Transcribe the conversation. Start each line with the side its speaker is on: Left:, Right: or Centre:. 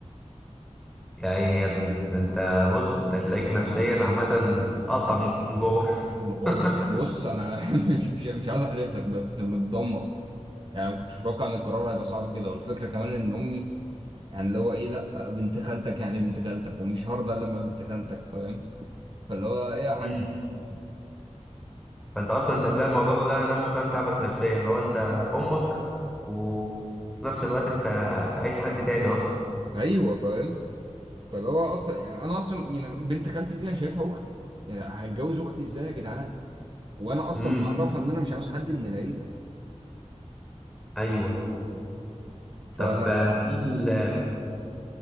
Centre: يا عيني يا ابني ده انت بص انت تلاقيك نفسيا عامه بتتقطع من جوه
Right: والله
Centre: <laughs>
Right: بص انا <laughs> مش مش مش عاوز احلف لك بس متدمر يعني ما كنتش متوقع ان القرار هيبقى صعب كده والفكره كمان ان امي يعني اللي هو ايه لا بنت خالتك يعني بنت خالتك ومش هرضى الا لما بنت خالتك فاهم فاللي هو ايه يا حاج
Centre: مم. فانت اصلا مش هتلاقي الموضوع ده نفسه فاهم تعبك نفسيا لو انت امك وفي نفس الوقت انت عايز حد تاني اصلا
Right: ايوه فاهم فاللي هو اصلا يعني انا اصلا يعني بنت خالتي دي انا شايفها اختي يعني هتجوز اختي ازاي يا جدعان وانا اصلا
Centre: امم
Right: معرفها ان انا مش عاوز حد من العيله
Centre: ايوه
Right: فهي
Centre: طب هل